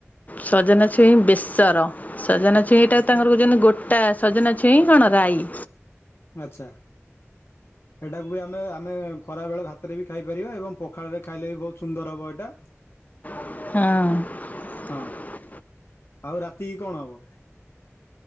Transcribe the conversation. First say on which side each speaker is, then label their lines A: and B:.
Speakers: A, on the left; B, on the left.
A: ସଜନା ଛୁଇଁ ବେଶର ସଜନା ଛୁଇଁ ଟା ତାଙ୍କର ଯେମିତି ଗୋଟା ସଜନା ଛୁଇଁ କଣ ରାଈ
B: ଆଚ୍ଛା ଏଟାକୁ ବି ଆମେ ଆମେ ଖରା ବେଳେ ଭା ତରେ ବି ଖାଇପାରିବ ଏବଂ ପଖାଳରେ ଖାଇଲେ ବି ବହୁତ ସୁନ୍ଦର ହେବ ଏଇଟା
A: ହଁ।
B: ହଁ ଆଉ ରାତିକି କଣ ହବ?